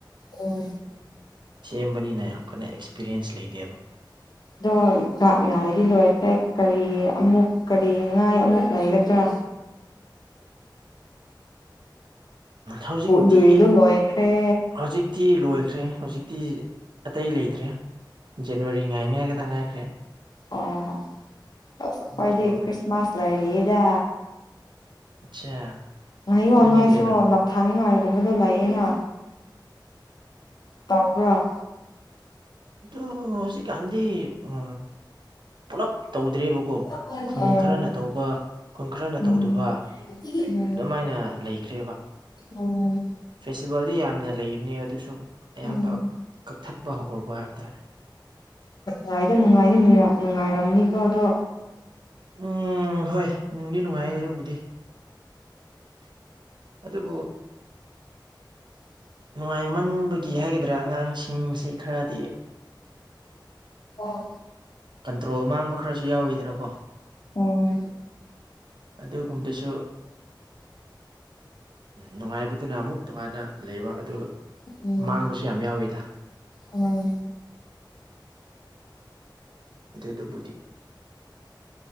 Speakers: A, on the left; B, on the right.
A: ꯑꯣ
B: ꯁꯦꯝꯕꯅꯤꯅꯦ ꯌꯥꯝ ꯀꯟꯅ ꯑꯦꯛꯁꯄꯤꯔꯤꯌꯦꯟꯁ ꯂꯩꯇꯦꯕ
A: ꯑꯗꯣ ꯉ ꯗꯤ ꯂꯣꯏꯔ ꯐꯦ ꯀꯔꯤ ꯑꯃꯨꯛ ꯀꯔꯤ ꯉꯥꯏ ꯑꯃꯨꯛ ꯂꯩꯒꯗ꯭ꯔꯥ
B: ꯍꯧꯖꯤꯛꯇꯤ
A: ꯗꯨꯏꯗꯣ ꯂꯣꯏꯈ꯭ꯔꯦ
B: ꯍꯧꯖꯤꯛꯇꯤ ꯇꯤ ꯂꯣꯏꯈ꯭ꯔꯦ ꯍꯧꯖꯤꯛꯇꯤ ꯑꯇꯩ ꯂꯩꯇ꯭ꯔꯦ ꯖꯅꯋꯥꯔꯤ ꯉꯥꯏꯅꯤ ꯍꯥꯏꯒꯇ ꯉꯥꯏꯈ꯭ꯔꯦ
A: ꯑꯣ ꯑ ꯐꯥꯏꯗꯤ
B: ꯑꯗꯨ
A: ꯀ꯭ꯔꯤꯁꯃꯥꯁ ꯂꯩꯔꯤꯛꯗ
B: ꯑꯠꯆꯥ
A: ꯉꯥꯏꯌꯣ
B: ꯑꯗꯨꯅꯤ
A: ꯅꯣꯏꯁꯨ
B: ꯀꯩꯅꯣ
A: ꯅꯞꯊꯥꯅꯤꯡꯉꯥꯏ ꯀꯃꯗꯂ ꯌꯦꯅ ꯇꯕ꯭ꯔꯥ
B: ꯣ ꯍꯧꯖꯤꯛ ꯀꯥꯟꯗꯤ ꯎ ꯄꯨꯂꯞ ꯇꯧꯗ꯭ꯔꯦꯕꯀꯣ
A: ꯑꯥ
B: ꯈꯨꯟ ꯈꯔꯅ ꯇꯧꯕ ꯈꯨꯟ ꯈꯔꯅ
A: ꯎꯝ
B: ꯇꯧꯗꯕ
A: ꯎꯝ
B: ꯑꯗꯨꯝꯥꯏꯅ ꯂꯩꯈ꯭ꯔꯦꯕ
A: ꯎꯝ
B: ꯐꯦꯁꯇꯤꯚꯦꯜꯗꯤ ꯌꯥꯝ ꯅ ꯂꯩꯕꯅꯦ ꯑꯗꯨꯁꯨ ꯑꯌꯥꯝꯕ
A: ꯎꯝ
B: ꯀꯛꯊꯠꯄ ꯍꯧꯔꯨꯕ ꯍꯥꯏꯕ ꯇꯥꯔꯦ
A: ꯌꯥꯏꯗ ꯅꯨꯡꯉꯥꯏꯗꯤ ꯅꯨꯡꯉꯥꯏꯔꯝꯅꯤꯀꯣ ꯑꯗꯣ
B: ꯎꯝ ꯍꯣꯏ ꯅꯨꯡꯗꯤ ꯅꯨꯡꯉꯥꯏ ꯑꯗꯨꯕꯨꯗꯤ ꯑꯗ ꯄꯣ
A: <unintelligible>
B: ꯅꯨꯡꯉꯥꯏꯃꯟꯕꯒꯤ ꯍꯥꯏꯒꯗ꯭ꯔꯥ ꯑꯉꯥꯡꯁꯤꯡꯁꯤ ꯈꯔꯗꯤ
A: ꯑꯣ
B: ꯀꯟꯇ꯭ꯔꯣꯜ ꯃꯥꯡꯕ ꯈꯔꯁꯨ ꯌꯥꯎꯋꯤꯗꯅꯀꯣ
A: ꯎꯝ
B: ꯑꯗꯨꯒꯨꯝꯕꯗꯁꯨ ꯅꯨꯡꯉꯥꯏꯕꯗꯨꯅ ꯑꯃꯨꯛ ꯇꯣꯉꯥꯟꯅ ꯂꯩꯕ ꯑꯗꯨꯒ
A: ꯎꯝ
B: ꯃꯥꯡꯒꯁꯤ ꯌꯥꯝꯌꯥ ꯑꯣꯏꯗ
A: ꯎꯝ
B: ꯑꯗꯨ ꯄꯇꯤ